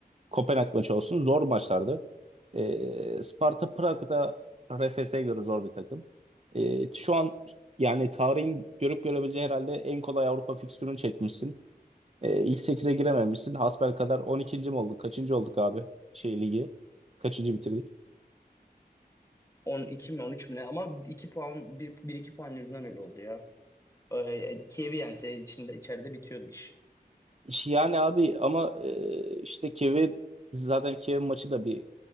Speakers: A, on the right (about 40°); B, on the left (about 20°).
A: Kopenhag maçı olsun zor maçlardı. E, Sparta Prag da RFS'ye göre zor bir takım. E, şu an yani tarihin görüp görebileceği herhalde en kolay Avrupa fikstürünü çekmişsin. E, ilk 8'e girememişsin. Hasbelkader 12. mi olduk? Kaçıncı olduk abi? Şey ligi. Kaçıncı bitirdik?
B: on iki mi on üç mi ne? Ama 2 puan, bir iki puan yüzünden öyle oldu ya. Ee, e, Kiev'i yense içinde içeride bitiyordu iş.
A: Yani abi ama e, işte Kevin zaten Kevin maçı da bir